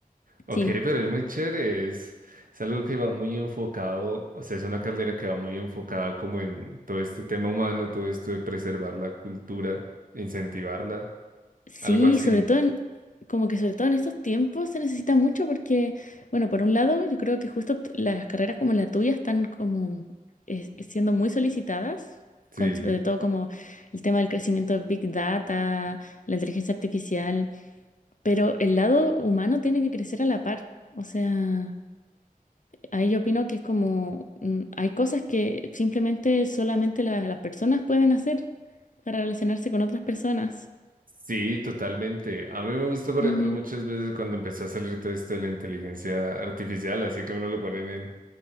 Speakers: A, on the right; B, on the left.
A: Ok,
B: Sí.
A: pero es muy chévere. Es, es algo que va muy enfocado, o sea, es una carrera que va muy enfocada como en todo este tema humano, todo esto de preservar la cultura, incentivarla,
B: Sí,
A: algo así.
B: sobre todo en, como que sobre todo en estos tiempos se necesita mucho porque, bueno, por un lado, yo creo que justo t- las carreras como la tuya están como es- siendo muy solicitadas,
A: Sí.
B: con sobre todo como el tema del crecimiento de Big Data, la inteligencia artificial, pero el lado humano tiene que crecer a la par. O sea, ahí yo opino que es como, mm, hay cosas que simplemente solamente la- las personas pueden hacer para relacionarse con otras personas.
A: Sí, totalmente. A mí me gusta, por
B: Ujú,
A: ejemplo, muchas veces cuando empezó a salir todo esto de la inteligencia artificial, así que uno lo ponen en,